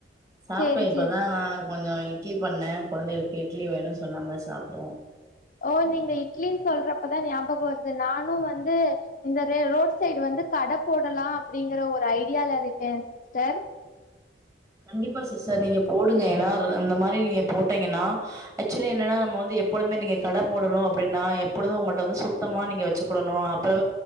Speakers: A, on the right; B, on the left.
A: சாப்டே
B: சேரி
A: இப்பதா
B: சேரி
A: நா கொஞ்சம் இட்லி பண்ணன் குழந்தைகளுக்கு இட்லி வேணு சொன்னாங்க சாப்ட்டோம்
B: ஓ நீங்க இட்லின்னு சொல்றப்பதான் ஞாபகம் வருது நானும் வந்து இந்த ரோட் சைடு வந்து கடை போடலாம் அப்படிங்கற ஒரு ஐடியால இருக்கேன் சிஸ்டர்
A: கண்டிப்பா சிஸ்டர் நீங்க போடுங்க ஏன்னா அந்த மாதிரி நீங்க போட்டீங்கன்னா ஆக்சுவலி என்னன்னா நம்ம வந்து எப்பொழுமே நீங்க கடை போடணும் அப்படின்னா எப்பொழுதும் உங்க வந்து சுத்தமா நீங்க வச்சுக்கடணும் அப்ப